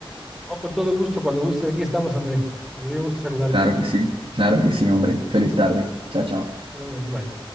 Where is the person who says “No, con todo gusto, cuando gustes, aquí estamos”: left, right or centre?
Centre